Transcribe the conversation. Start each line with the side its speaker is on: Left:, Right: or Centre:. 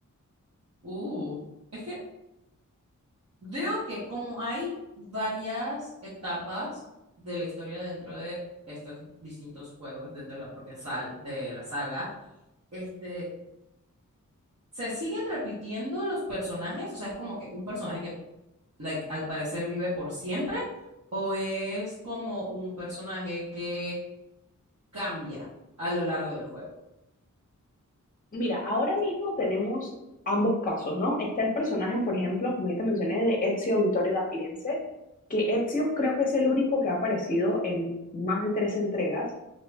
Right: uh, es que Veo que como hay varias etapas de la historia dentro de estos distintos juegos, dentro de la propia sal de la saga, este, se siguen repitiendo los personajes, o sea, es como que un personaje que like, al parecer vive por siempre o es como un personaje que cambia a lo largo del juego.
Left: Mira, ahora mismo tenemos ambos casos, ¿no? Está el personaje, por ejemplo, como ya te mencioné, de Ezio Auditore da Firenze, que Ezio creo que es el único que ha aparecido en más de tres entregas.